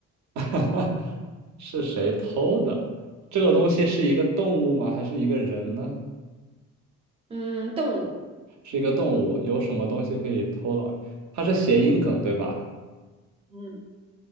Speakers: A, on the right; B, on the right.
A: <laughs> 是谁偷的？这个东西是一个动物吗？还是一个人呢？
B: 嗯，动物，
A: 是一个动物，有什么东西可以偷老？它是谐音梗，对吧？
B: 嗯，